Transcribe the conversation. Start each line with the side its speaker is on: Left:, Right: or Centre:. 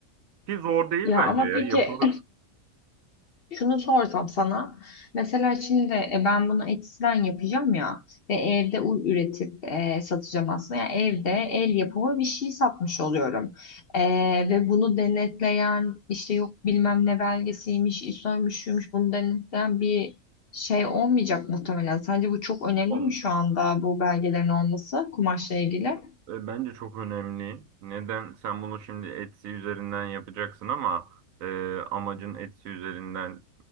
Right: Ki zor değil
Left: Ya
Right: bence
Left: ama
Right: ya.
Left: peki
Right: Yapılır
Left: <laughs> şunu sorsam sana. Mesela şimdi e, ben bunu Etsy'den yapacağım ya ve evde ul üretip e, satacağım aslında. Yani evde el yapımı bir şey satmış oluyorum. E, ve bunu denetleyen işte yok bilmem ne belgesiymiş, İSO'ymuş, şuymuş bunu denetleyen bir şey olmayacak muhtemelen. Sence bu çok önemli
Right: olmayacak.
Left: mi şu anda bu belgelerin olması kumaşla ilgili?
Right: E, bence çok önemli. Neden? Sen bunu şimdi Etsy üzerinden yapacaksın ama e, amacın Etsy üzerinden